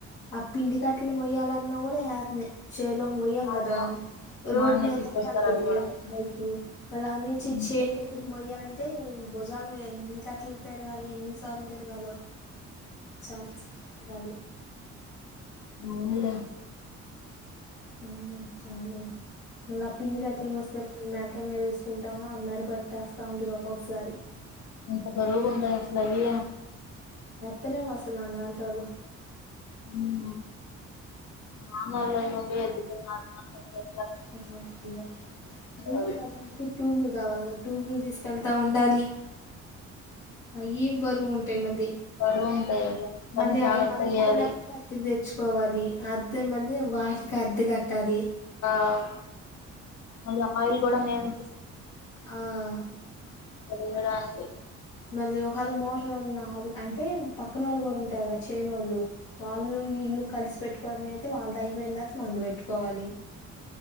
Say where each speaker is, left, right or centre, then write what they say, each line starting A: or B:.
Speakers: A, on the left; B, on the left.
A: ఆ పిండి కట్టలు మొయ్యాలన్నా కూడా యాత్నె చేలోకి మొయ్యాలి
B: నాన్న
A: కదా రోడ్
B: నాన్నే
A: మీదనంతద్వి
B: తీసుకొస్తారు అవి కూడా
A: బైకు మళ్ళంనుంచి
B: ఉమ్.
A: చేన్ దగ్గర మొయ్యాలంటే భుజాల మీద ఎన్ని కట్టలు తిరగాలి ఎన్ని సార్లు తిరగాలో చాలా సెప్ తిరగలి
B: మాములే
A: ఉమ్ చాలె మల్లాపిండి కట్టల్ మోసే టప్పుడు మెడ్ క్కయ్ మీద ఎసుకుంటాము ఆ మెడ పట్టెస్తా ఉంటది ఒక్కొక్కసారి
B: ఎంత బరువుగుంటది అసల్ అది
A: తెలియదు ఫస్ట్ మనలాంటోళ్ళు.
B: ఉమ్ మనోళ్ళవి ఉండే ఎత్తున్నా మన పెసలు
A: అవునా <unintelligible>
B: అవి
A: ట్యూబ్లు కావాలిగా ట్యూబ్లు తీసుకెళ్తా ఉండాలి అయి బరువు ఉం. టైమది
B: బరువు ఉంటాయి అవి కానీ
A: మ
B: జాగ్రత్త
A: అయి మన ఇంట్లో
B: చేయాలి
A: లాక <unintelligible> తెచ్చు. కోవాలి అద్దె మళ్ళీ వాటికి అద్దె కట్టాలి.
B: ఆహ్ మళ్ళీ ఆయిల్ కూడా నేనే.
A: ఆహ్.
B: ఏడాంది.
A: మళ్ళీ ఒకవేళ మోటర్ ఉన్నళ్ళు అంటే పక్కన వాళ్ళు కూడా ఉంటారు కదా చేనోళ్ళు వాళ్ళు. వీళ్ళు కలిసి పెట్టుకోవడం అయితే వాళ్ళదైపోయిన్దాక తర్వాత మన్ది పెట్టుకోవాలి.